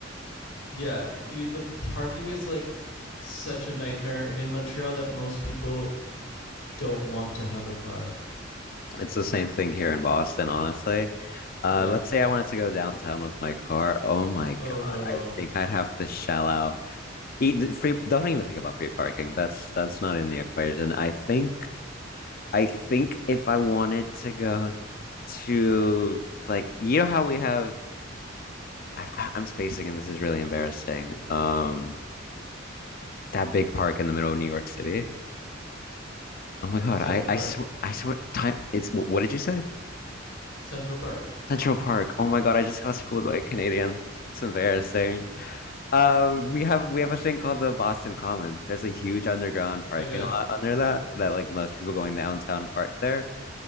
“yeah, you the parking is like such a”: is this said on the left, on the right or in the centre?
Left